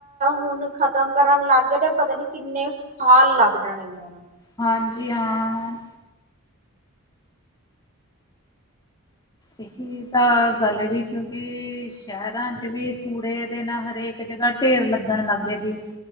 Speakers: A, on the right; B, on the left.
A: ਹੁਣ ਖਤਮ ਕਰਨ ਲੱਗ ਗਏ ਤੇ ਪਤਾ ਨੀ ਕਿੰਨੇ ਸਾਲ ਲੱਗ ਜਾਣੇ ਨੇ ਉਹਨਾਂ ਨੂੰ
B: ਹਾਂਜੀ ਹਾਂ ਇਹੀ ਤਾਂ ਗੱਲ ਏ ਜੀ ਕਿਉਂਕਿ ਸ਼ਹਿਰਾਂ ਚ ਵੀ ਕੂੜੇ ਦੇ ਨਾ ਹਰੇਕ ਇੱਕ ਜਗ੍ਹਾ ਢੇਰ ਲੱਗਣ ਲੱਗ ਗਏ ਜੀ